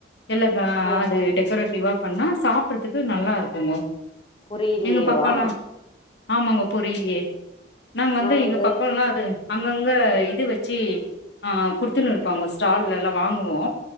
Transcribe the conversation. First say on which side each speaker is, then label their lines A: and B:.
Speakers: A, on the left (about 65°); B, on the left (about 30°).
A: எல்லா
B: ஓஹோ
A: அது டெக்கரேட்டிவா பண்ணா சாப்பட்றதுக்கு நல்லா இருக்குங்கோ
B: புரியலையேவா
A: எங்க பக்கோல்லா ஆமாங்க பொரிலையே நாங்க வந்து
B: நான்
A: எங்க
B: இது
A: பக்கோல்லா அது அங்கங்க
B: ம்
A: இது வச்சு அ குடுத்துன்னு இருப்பாங்க ஸ்டால்ல எல்லா வாங்குவோ